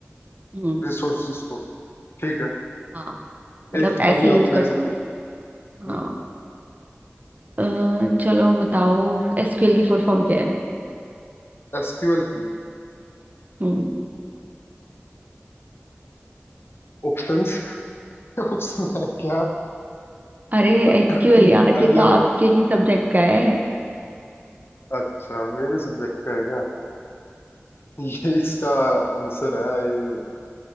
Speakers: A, on the right; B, on the left.
A: हम्म
B: रिसोर्सिस को ठीक है
A: हाँ मतलब
B: एक
A: ऐसे
B: अभी
A: यूज़
B: आप मेरे
A: करना
B: साथ
A: हाँ
B: हम्म,
A: अ, चलो बताओ एसक्यूएल की फुल फॉर्म क्या है
B: एसक्यूएल की
A: हम्म
B: ऑप्शंस ऑप्शन <laughs> है क्या
A: अरे एसक्यूएल
B: <clears throat>
A: यार
B: अ,
A: ये
B: ये
A: तो आपके
B: हो-
A: ही सब्जेक्ट का है
B: अच्छा मेरे सब्जेक्ट का है क्या ये इसका आंसर है ये